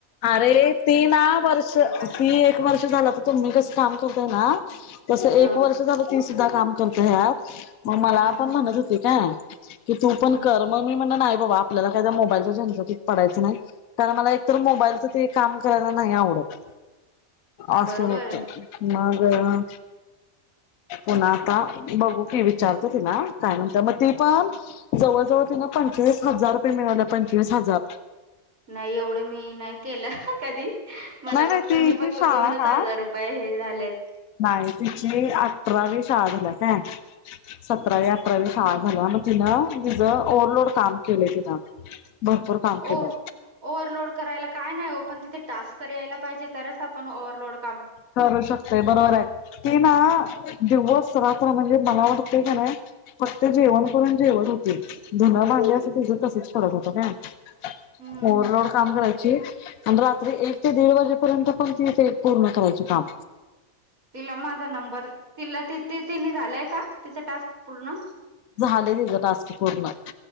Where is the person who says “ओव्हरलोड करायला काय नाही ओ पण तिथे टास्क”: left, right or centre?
Right